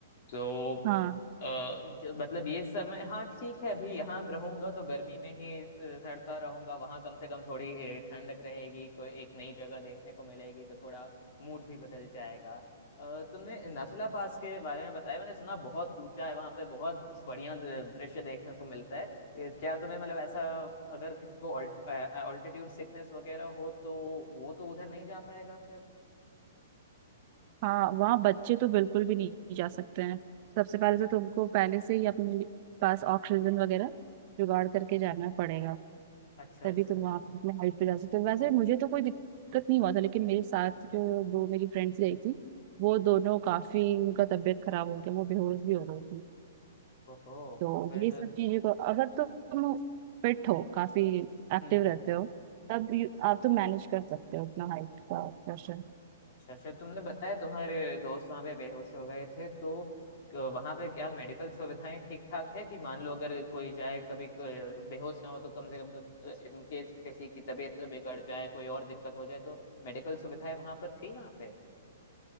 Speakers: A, on the left; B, on the right.
A: तो
B: हाँ
A: अ, जो- मतलब ये समय हाँ ठीक है अभी यहाँ रहूंगा तो गर्मी में ही स- सड़ता रहूंगा वहां कम से कम थोड़ी ए, ठंडक रहेगी कोई एक नई जगह देखने को मिलेगी तो थोड़ा मूड भी बदल जाएगा अ, तुमने नाथुला पास के बारे में बताया मैंने सुना बहुत ऊंचा है वहां पे बहुत बढ़िया द- दृश्य देखने को मिलता है ए, क्या तुम्हें मतलब ऐसा अगर किसी को ऑल्टीट्यूड सिकनेस वगैरह हो तो वो तो उधर नहीं जा पाएगा फिर
B: हाँ वहाँ बच्चे तो बिल्कुल भी नहीं जा सकते हैं सबसे पहले तो तुमको पहले से ही अपने लिए- पास ऑक्सीजन वगैरह जुगाड़ करके जाना पड़ेगा
A: अच्छा
B: तभी
A: अच्छा
B: तुम वहाँ पे अपने हाइट पे जा सकते हो वैसे मुझे तो कोई दिक्कत नहीं हुआ था लेकिन मेरे साथ जो दो मेरी फ्रेंड्स गई थी वो दोनों काफी उनका तबीयत खराब हो गया वो बेहोश भी हो गई थी
A: ओहो
B: तो
A: फिर
B: ये सब चीजें को अगर तो तुम फिट हो काफी एक्टिव
A: हम्म
B: रहते
A: हम्म
B: हो तब यू- आप तो मैनेज कर सकते हो अपना हाइट का प्रेशर
A: अच्छा अच्छा तुमने बताया तुम्हारे दोस्त वहां पे बेहोश हो गए थे तो वहां पे क्या मेडिकल सुविधाएं ठीक ठाक है कि मान लो अगर कोई जाए कभी क- बेहोश ना हो तो कम से कम इन केस किसी की तबीयत बिगड़ जाए कोई और दिक्कत हो जाए तो मेडिकल सुविधाएं वहां पर थी वहां पे